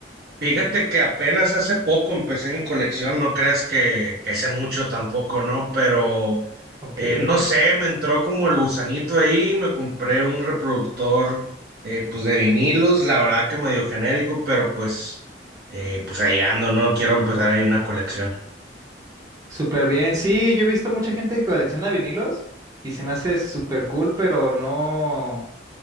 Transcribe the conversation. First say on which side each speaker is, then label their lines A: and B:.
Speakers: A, on the right; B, on the right.
A: Fíjate que apenas hace poco empecé mi colección, no creas que, que sé mucho tampoco, ¿no? Pero
B: Ok.
A: eh, no sé, me entró como el gusanito ahí, me compré un reproductor eh, pues de vinilos, la verdad que medio genérico, pero pues, eh, pues ahí ando, ¿no? Quiero empezar ahí una colección.
B: Súper bien. Sí, yo he visto mucha gente que colecciona vinilos y se me hace súper cool, pero no.